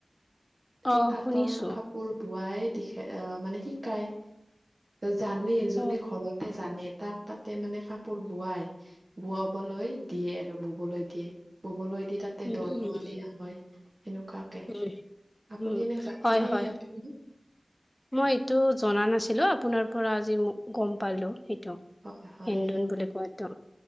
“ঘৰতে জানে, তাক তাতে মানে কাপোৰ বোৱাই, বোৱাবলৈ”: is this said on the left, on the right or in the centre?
Right